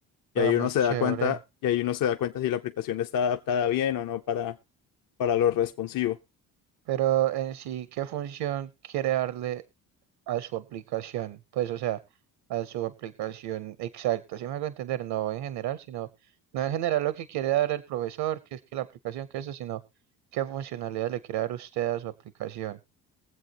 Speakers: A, on the left (about 55°); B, on the right (about 70°).
A: Y
B: Ah,
A: ahí
B: muy
A: uno se
B: chévere.
A: da cuenta, y ahí uno se da cuenta si la aplicación está adaptada bien o no para, para lo responsivo.
B: Pero en sí, ¿qué función quiere darle a su aplicación, pues, o sea, a su aplicación exacta, ¿sí me hago entender? No en general, sino, no en general lo que quiere dar el profesor, que es que la aplicación, que eso, sino qué funcionalidad le quiere dar usted a su aplicación.